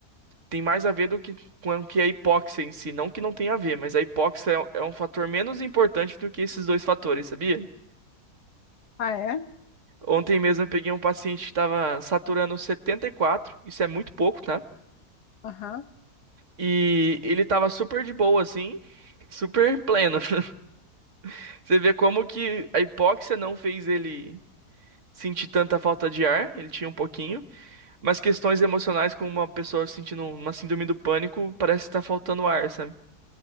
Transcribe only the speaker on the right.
Tem mais a ver do que com que a hipóxia em si, não que não tenha a ver, mas a hipóxia é é um fator menos importante do que esses dois fatores, sabia?
Ontem mesmo eu peguei um paciente que estava saturando 74, isso é muito pouco, tá?
E ele tava super de boa assim, super pleno. <laughs> Você vê como que a hipóxia não fez ele sentir tanta falta de ar, ele tinha um pouquinho, mas questões emocionais como uma pessoa sentindo uma síndrome do pânico, parece estar faltando ar, sabe?